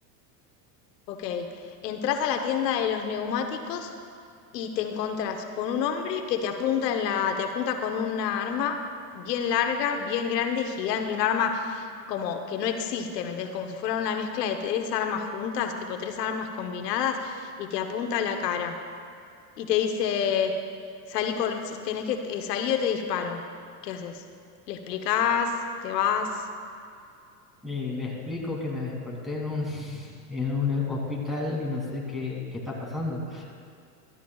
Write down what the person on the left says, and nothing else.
Ok, entras a la tienda de los neumáticos y te encontrás con un hombre que te apunta en la, te apunta con una arma bien larga, bien grande y gigante, un arma como que no existe, ¿me entendés? Como si fuera una mezcla de tres armas juntas, tipo tres armas combinadas, y te apunta a la cara y te dice, salí, corri- tenés que eh, salir o te disparo. ¿Qué haces? ¿Le explicás? ¿Te vas?